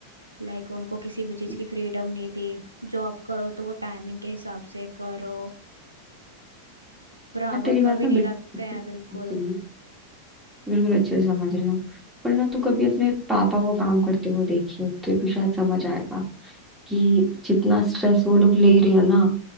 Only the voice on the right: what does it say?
लाइक उनको किसी भी चीज
की फ्रीडम नहीं दी जॉब करो तो वो टाइमिंग के हिसाब से करो बराबर
का भी
नहीं
रखते
हैं
बिल्कुल